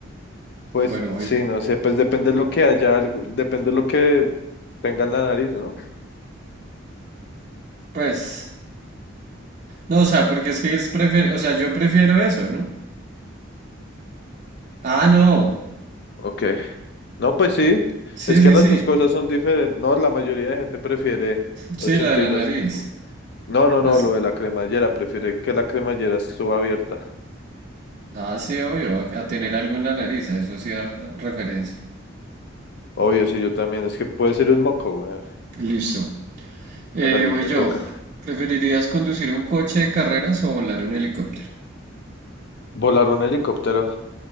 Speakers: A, on the left (about 55°); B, on the right (about 40°).
A: Pues
B: bueno, oye,
A: sí, no sé, pues depende de lo que haya, algo, depende de lo que tenga en la nariz, ¿no?
B: pues, no, o sea, porque es que es prefer, o sea, yo prefiero eso, ¿no? Ah, no,
A: Ok. No, pues sí.
B: sí,
A: Es
B: sí,
A: que las
B: sí,
A: dos cosas son diferentes. No, la mayoría de gente prefiere
B: sí,
A: ochenta
B: la de la
A: y dos
B: nariz.
A: No, no,
B: Pues,
A: no, lo de la cremallera. Prefiere que la cremallera estuvo abierta.
B: ah, sí, obvio, a, a tener algo en la nariz, a eso sí da referencia.
A: Obvio, sí, yo también. Es que puede ser un moco, güey.
B: Listo. Eh,
A: Hágale,
B: voy
A: le
B: yo.
A: toca.
B: ¿Preferirías conducir un coche de carreras o volar un helicóptero?
A: Volar un helicóptero.